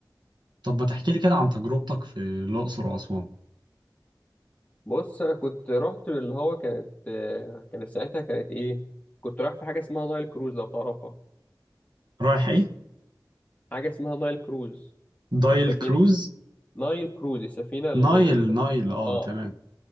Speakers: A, on the right (about 70°); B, on the left (about 20°).
A: طب ما تحكي لي كده عن تجربتك في الاقصر واسوان
B: بص انا كنت رحت اللي هو كانت آه، كانت ساعتها كانت ايه كنت رايح في حاجه اسمها نايل كروز لو تعرفها
A: رايح ايه
B: حاجه اسمها نايل كروز
A: دايل
B: سفينه
A: كروز
B: نايل كروز السفينه ال...
A: نايل
B: ال-
A: نايل اه
B: اه
A: تمام